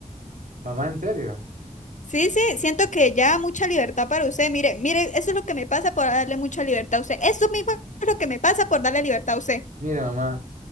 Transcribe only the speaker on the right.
Mamá, en serio.
Mira, mamá,